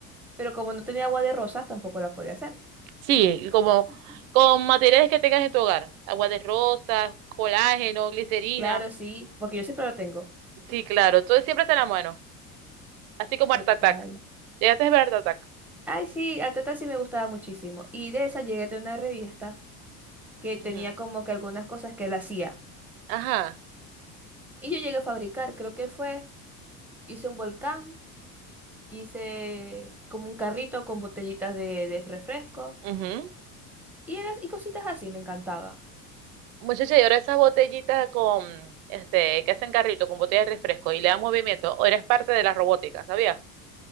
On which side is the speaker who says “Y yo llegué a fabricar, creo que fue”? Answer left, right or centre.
Centre